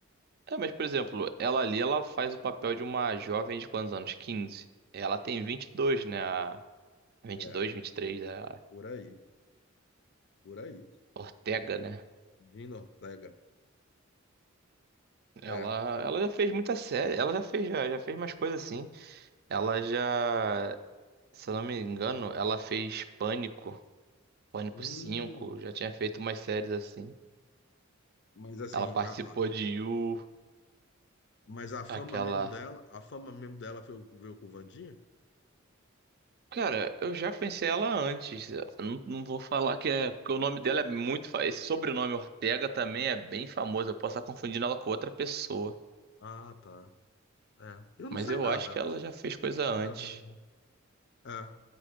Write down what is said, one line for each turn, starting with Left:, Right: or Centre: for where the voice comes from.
Right: É, mas, por exemplo, ela ali, ela faz o papel de uma jovem de quantos anos? quinze Ela tem vinte e dois né? A 22,
Left: É,
Right: 23, a
Left: por aí, por aí.
Right: Ortega, né?
Left: Dina Ortega.
Right: Ela,
Left: É.
Right: ela já fez muita série. Ela já fez, já, já fez mais coisas assim. Ela já, se eu não me engano, ela fez Pânico, Pânico
Left: Hum,
Right: cinco Já tinha feito umas séries assim.
Left: mas assim,
Right: Ela participou
Left: a, a-
Right: de You,
Left: mas a fama
Right: aquela
Left: mesmo dela, a fama mesmo dela veio, veio com o Vandinha?
Right: Cara, eu já conheci ela antes. Eu Não, não vou falar que é. Porque o nome dela é muito. fa- Esse sobrenome Ortega também é bem famoso. Eu posso estar confundindo ela com outra pessoa.
Left: Ah, tá. É. Eu não
Right: Mas
Left: sei
Right: eu
Left: nada.
Right: acho que ela
Left: Sinceramente,
Right: já fez coisa
Left: eu não sei
Right: antes.
Left: nada dela. não. É.